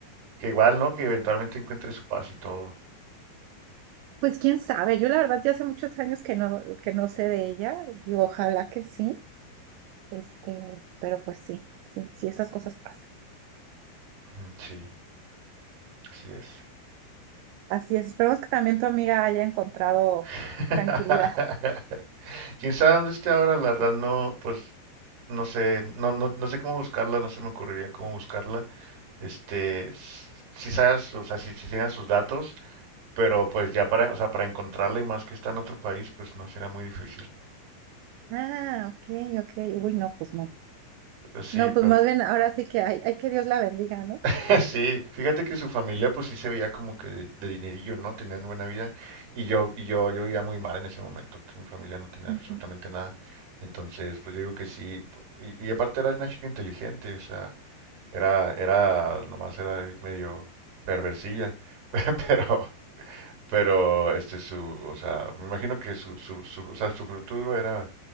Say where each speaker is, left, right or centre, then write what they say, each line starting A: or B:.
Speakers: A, on the right; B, on the right.
A: que igual, ¿no? Que eventualmente encuentre su paz y todo.
B: Pues quién sabe, yo la verdad ya hace muchos años que no, que no sé de ella, y ojalá que sí, este, pero pues sí, sí, sí, esas cosas pasan.
A: Ujú, Sí, así es.
B: Así es, esperemos que también tu amiga haya encontrado
A: <laughs>
B: tranquilidad.
A: Quién sabe dónde esté ahora, la verdad no, pues no sé, no, no, no sé cómo buscarla, no se me ocurriría cómo buscarla. Este, s- si sabes, o sea, si, si tengan sus datos, pero pues ya para, o sea, para encontrarla y más que está en otro país, pues no será muy difícil.
B: Ah, ok, ok, uy, no, pues no.
A: Pues sí,
B: No, pues
A: pero
B: más bien ahora sí que hay, hay que Dios la bendiga, ¿no?
A: <laughs> Sí, fíjate que su familia pues sí se veía como que de, de dinerillo, ¿no? Tenían buena vida y yo y yo yo vivía muy mal en ese momento, que mi familia no tenía
B: <laughs>
A: absolutamente nada. Entonces, pues yo digo que sí, po- y, y aparte era una chica inteligente, o sea, era era nomás era ahí medio perversilla, <laughs> pe- pero pero este su, o sea, me imagino que su su su, o sea, su futuro era